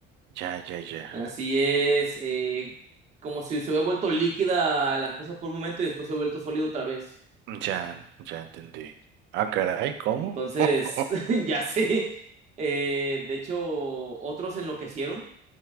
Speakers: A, on the right; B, on the right.
A: Ya, ya, ya.
B: Así es, eh, como si se hubiera vuelto líquida las cosas por un momento y después se hubiera vuelto sólido otra vez.
A: Ya, ya entendí. Ah, caray, ¿cómo?
B: Entonces,
A: <laughs>
B: <laughs> ya sé. Eh, de hecho, otros enloquecieron